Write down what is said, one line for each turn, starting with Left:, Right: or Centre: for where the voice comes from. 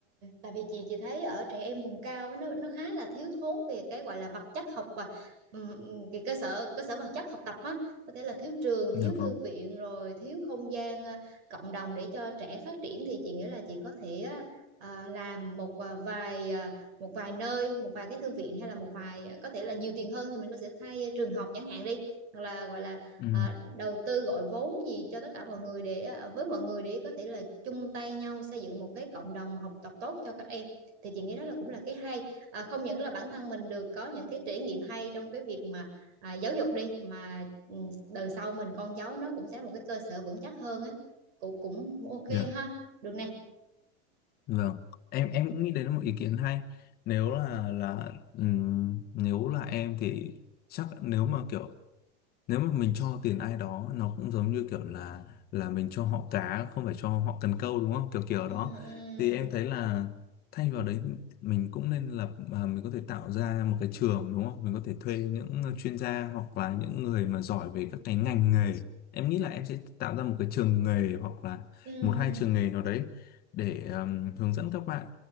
Right: tại vì chị chị thấy ở trẻ em vùng cao á, nó nó khá là thiếu thốn về cái gọi là vật chất học và ừm, ừm, cái cơ sở cơ sở vật chất học tập á có thể là thiếu trường thiếu
Left: được không
Right: thư viện rồi thiếu không gian à, cộng đồng để cho trẻ phát triển thì chị nghĩ là chị có thể á, à, làm một à, vài à, một vài nơi một vài cái thư viện hay là một vài có thể là nhiều tiền hơn thì mình có thể thay ờ, trường học chẳng hạn đi hoặc là gọi là
Left: ừ
Right: à, đầu tư gọi vốn gì cho tất cả mọi người để à, với mọi người để có thể là chung tay nhau xây dựng một cái cộng đồng học tập tốt cho các em thì chị nghĩ đó là cũng là cái hay à, không những là bản thân mình được có những cái trải nghiệm hay trong cái việc mà à, giáo dục đi mà ừ, đời sau mình con cháu nó cũng sẽ một cái cơ sở vững chắc hơn á cũng cũng ok
Left: dạ
Right: ha được nè
Left: vâng em em cũng nghĩ đấy là một ý kiến hay nếu là là ừm, nếu là em thì chắc nếu mà kiểu nếu mà mình cho tiền ai đó nó cũng giống như kiểu là là mình cho họ cá không phải cho họ cần câu đúng không kiểu kiểu
Right: ừ,
Left: đó
Right: ừ,
Left: thì em thấy là thay vào đấy mình cũng nên lập à, mình có thể tạo ra một cái trường đúng không mình có thể thuê những chuyên gia hoặc là những người mà giỏi về các cái ngành nghề em nghĩ là em sẽ tạo ra một cái trường nghề hoặc là
Right: ừ,
Left: một hai trường nghề nào đấy để ừm, hướng dẫn các bạn